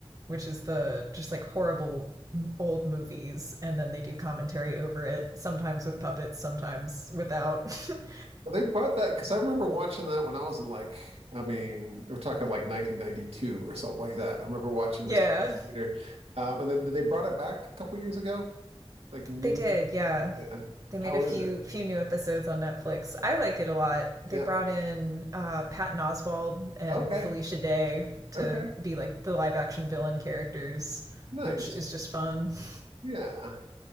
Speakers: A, on the right; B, on the right.
A: which is the just like horrible old movies, and then they do commentary over it, sometimes with puppets, sometimes without. <laughs>
B: They bought that because I remember watching that when I was in like, I mean, we're talking like 1992 or something like that. I remember watching
A: yeah,
B: Mr. Peter. Um, and then they brought it back a couple years ago, like new.
A: they did. Yeah,
B: yeah.
A: they made
B: How
A: a few
B: is it?
A: few new episodes on Netflix. I like it a lot. They
B: Yeah.
A: brought in uh, Patton Oswalt and
B: Okay.
A: Felicia Day to
B: Okay.
A: be like the live action villain characters,
B: Nice.
A: which is just fun. <laughs>
B: Yeah.